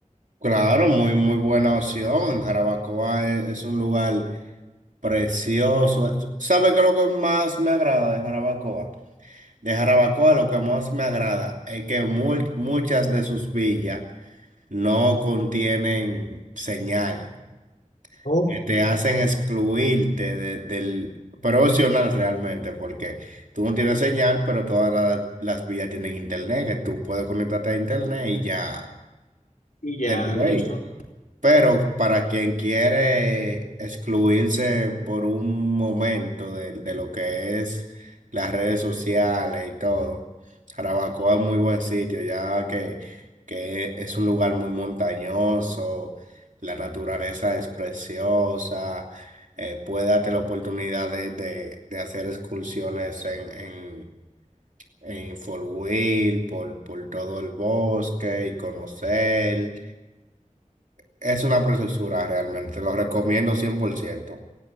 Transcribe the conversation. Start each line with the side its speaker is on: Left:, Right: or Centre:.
Right: Claro, muy, muy buena opción. Jarabacoa es es un lugar Precioso. ¿Sabe qué es lo que más me agrada de Jarabacoa? De Jarabacoa lo que más me agrada es que mul- muchas de sus villas no contienen señal,
Left: ¿no?
Right: que te hacen excluirte de- del pero es opcional realmente, porque tú no tienes señal, pero todas la- las villas tienen internet, que tú puedes conectarte a internet y ya,
Left: Y ya,
Right: Anyway.
Left: listo.
Right: Pero para quien quiere excluirse por un momento de, de lo que es las redes sociales y todo, Jarabacoa es muy buen sitio, ya que, que es un lugar muy montañoso, la naturaleza es preciosa, eh, puede darte la oportunidad de, de- de hacer excursiones en, en, en four wheel, por, por todo el bosque y conocer. Es una preciosura realmente, lo recomiendo cien por ciento